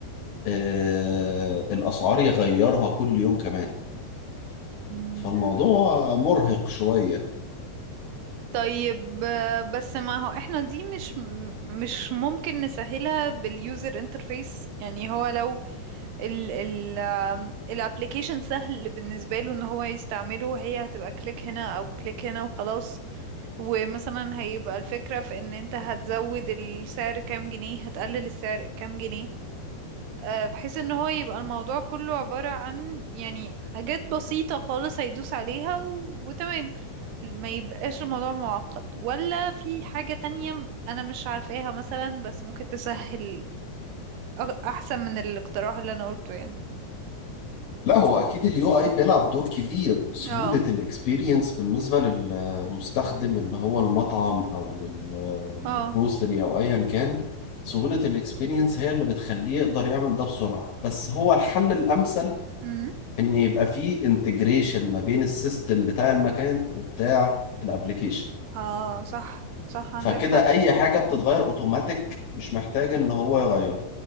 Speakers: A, on the left; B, on the right.
A: آه الاسعار يغيرها كل يوم كمان
B: مم.
A: فالموضوع مرهق شوية
B: طيب آه، بس ما هو احنا دي مش مش ممكن نسهلها باليوزر انترفيس يعني هو لو ال ال آم، الابليكيشن سهل بالنسبة له ان هو يستعمله هي هتبقى كليك هنا او كليك هنا وخلاص ومثلا هيبقى الفكرة في ان انت هتزود السعر كام جنيه هتقلل السعر كام جنيه آه، بحيث ان هو يبقى الموضوع كله عبارة عن يعني حاجات بسيطة خالص هيدوس عليها و... وتمام ما يبقاش الموضوع معقد ولا في حاجة تانية م- انا مش عارفاها مثلا بس ممكن تسهل أ- احسن من الاقتراح اللي انا قلته يعني
A: لا هو اكيد اليو اي بيلعب دور كبير وسهولة
B: اه
A: الاكسبيرينس بالنسبة للمستخدم اللي هو المطعم او ال-
B: اه
A: الجروسري او ايا كان سهولة الاكسبيرينس هي اللي بتخليه يقدر يعمل ده بسرعة بس هو الحل الامثل
B: امم
A: ان يبقى فيه انتجريشن ما بين السيستم بتاع المكان وبتاع الابليكيشن
B: اه صح صح عندك
A: فكده
B: حق
A: اي حاجه بتتغير اوتوماتيك مش محتاج ان هو يغير